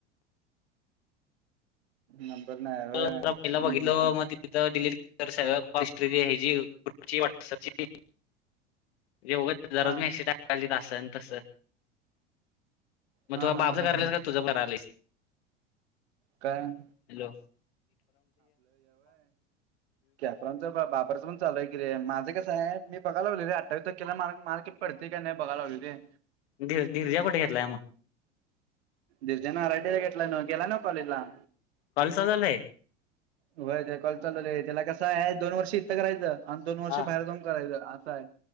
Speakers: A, on the right (about 60°); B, on the left (about 60°).
A: नंबर नाही व्हय
B: माझ्याकड
A: हम्म हम्म
B: <unintelligible>
A: हम्म
B: तिथं डिलीट कर सगळ हिस्ट्री <inaudible> ग्रुपची व्हॉट्सअपची <unintelligible>
A: हा
B: <inaudible> असं तसं मग
A: हा
B: तु
A: हा
B: माझं
A: हा
B: करायलास
A: हा
B: का तुझं करालीस
A: काय,
B: हॅलो,
A: बाबरंच पण चालु हाय की रे माझं कस हाय मी बघायला लागलोय रे अठावीस तारखेला म मला पडतंय काय नाही बघायला लागलोय रे,
B: धरर्जा कुठे घेतलाय मग,
A: धीरजा आर आय टी ला घेतला न गेला न कॉलेजला.
B: कॉलेज चालु झालय.
A: होय ते कॉलेज चालु झालय आहे त्याला कस आहे दोन वर्ष इथ करायच. आणि दोन वर्ष
B: हा
A: बाहेर जाऊन करायच अस आहे.